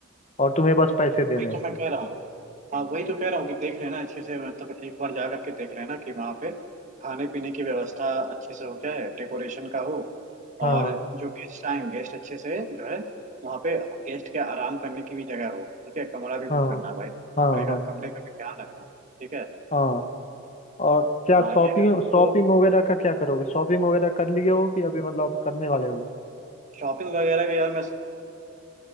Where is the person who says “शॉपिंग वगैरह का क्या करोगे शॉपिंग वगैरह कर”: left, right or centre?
Left